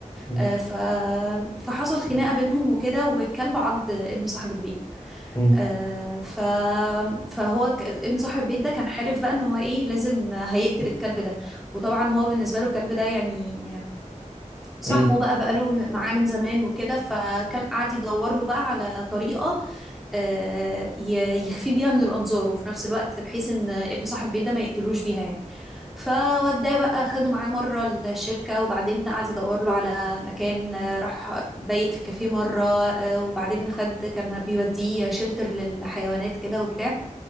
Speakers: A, on the left; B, in the centre.
A: مم.
B: آه، ف فحصل خناقة بينهم وكده والكلب عض ابن صاحب البيت
A: مم.
B: آه، ف فهو ك- ابن صاحب البيت ده كان حالف بقى ان هو ايه لازم هيقتل الكلب ده وطبعا هو بالنسبة له الكلب ده يعني صاحبه
A: مم.
B: بقى بقاله م- معاه من زمان وكده فكان قاعد يدور له بقى على طريقة آه، ي- يخفي بيها من الأنظار وفي نفس الوقت بحيث إن ابن صاحب البيت ده ما يقتلوش بيها يعني فوداه بقى خده معاه مرة الشركة وبعدين قعد يدور له على مكان آه، راح بيت في كافيه مرة آه، وبعدين خد كان بيوديه شلتر للحيوانات كده وبتاع